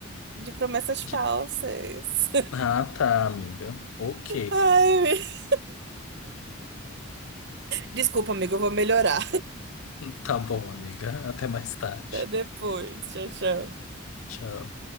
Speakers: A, on the right; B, on the left.
A: de promessas
B: De-
A: falsas.
B: Ah, tá, amiga. Ok.
A: <laughs> Ai, me- Desculpa, amigo, eu vou melhorar.
B: Tá bom, amiga. Até mais tarde.
A: Até depois. Tchau, tchau.
B: Tchau.